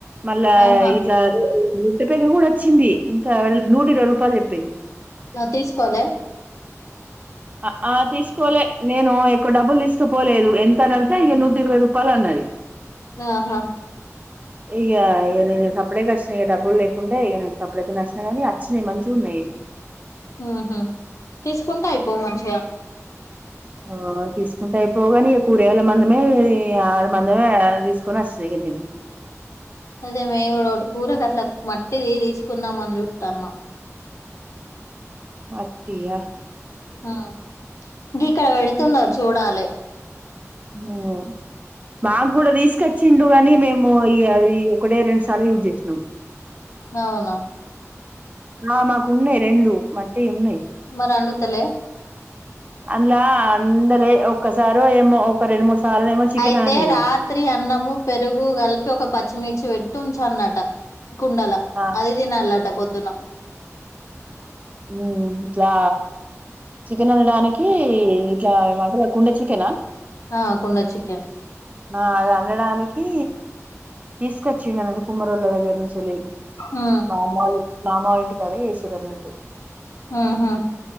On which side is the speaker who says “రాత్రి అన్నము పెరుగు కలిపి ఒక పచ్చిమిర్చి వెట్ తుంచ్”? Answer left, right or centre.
Left